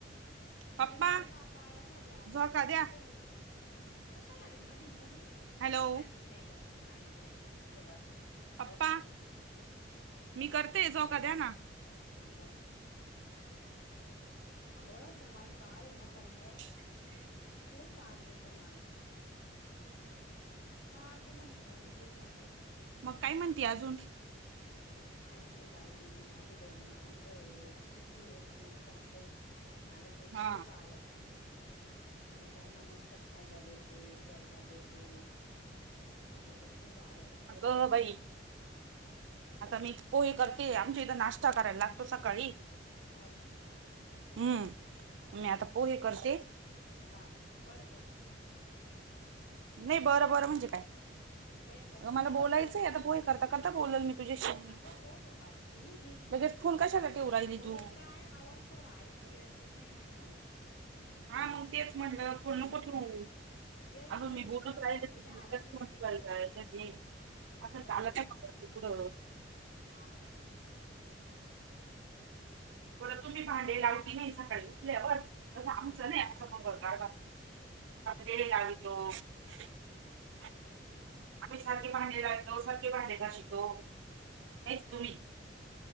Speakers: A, on the right; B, on the left.
A: पप्पा
B: अग डायरेक्ट हा पाया खाली आला
A: झोका
B: लय
A: द्या
B: मेंटेल तो
A: <inaudible>
B: कशाला रे मधी मधी
A: हॅलो
B: चाल इकडे जा चाल इकडे एकदा बस
A: पप्पा
B: बस इथ ह
A: मी
B: बस
A: करते झोका
B: बस
A: द्या ना
B: जोका दिला अ बं त माझ बाळ आहे ना बंड्या
A: <inaudible>
B: त त्रास देत मला सारखं म्हणत मध्ये घे झो पाय रे
A: मग काय म्हणते अजून.
B: काही नाही बाई माझे दोन मांजर ये. चिकू आहे आणि एक बंड्या आहे मला ते
A: हा
B: खूप आवडत्या.. मी त्यांना मस्त खायला देते, प्यायला देते. मला. ते खूप आवडत्या.
A: अ बई. आता मी पोहे करते आमच्या इथं नाश्ता करायला लागतो सकाळी.
B: हा का.
A: हम्म मी आता पोहे करते.
B: हां बरं बरं.
A: नाही बरं बरं म्हणजे काय
B: होय करती
A: अग मला
B: ना
A: बोलायचंय
B: बरं
A: आता
B: बर
A: बोय करता करता बोलाल मी. तुझ्याशी
B: अगं हो ग बाई बोलत
A: लगेच फोन कशाला ठेवू राहिली तू
B: राय आवाज. थोडा ऐकूयाेतो नाहीय ना.
A: हा मग तेच म्हटलं बोलण कुठे होऊ.
B: ठेवत
A: अगं
B: नाही
A: मी बोलत
B: ग
A: राहिचयलायच
B: इदा आवाज नाही येते मला
A: मी. असं
B: बोलत
A: चालतय
B: राय
A: म पुढं.
B: हा.
A: बरं तुम्ही भांडे लावती नाही सकाळी उठल्यावर तसं आमचं नाही आा बंगर गारवाार. लगतो. आम्ही सारखे भांडे ला ऐतो सारखे भांडे का शितो.
B: हं.
A: हेच तुम्ही.